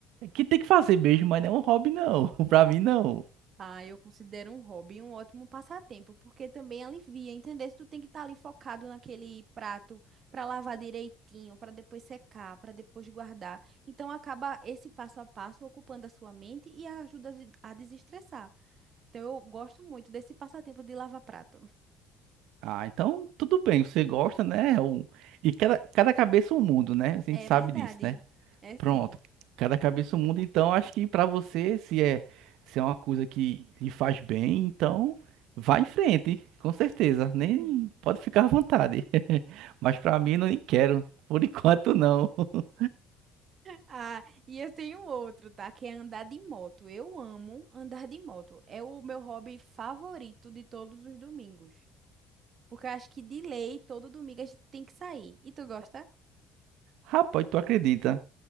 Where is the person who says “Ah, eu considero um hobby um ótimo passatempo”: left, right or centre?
Right